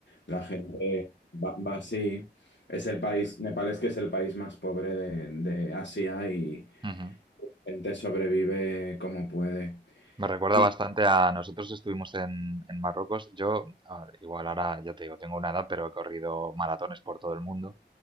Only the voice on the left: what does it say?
la gente va, va así. Es el país, Nepal es que es el país más pobre de, de Asia y
gente sobrevive como puede.
Y,